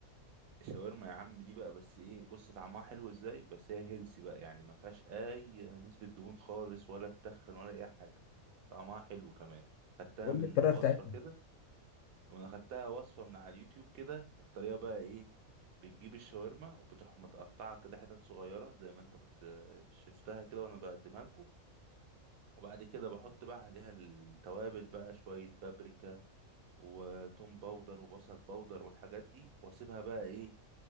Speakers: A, on the right; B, on the left.
A: الشاورما يا عم دي بقى بس ايه بص طعمها حلو ازاي بس هي هيلسي بقى يعني ما فيهاش اي نسبة دهون خالص ولا تخن ولا اي حاجة طعمها حلو كمان خدتها
B: قول
A: من
B: لي الطريقه
A: وصفة
B: بتاعتها
A: كده انا خدتها وصفة من على اليوتيوب كده الطريقة بقى ايه بتجيب الشاورما وبتروح متقطعة كده حتت صغيرة زي ما انت كنت شفتها كده وانا بقدمها لكم وبعد كده بحط بقى عليها التوابل بقى شوية بابريكا وتوم باودر وبصل باودر والحاجات دي واسيبها بقى ايه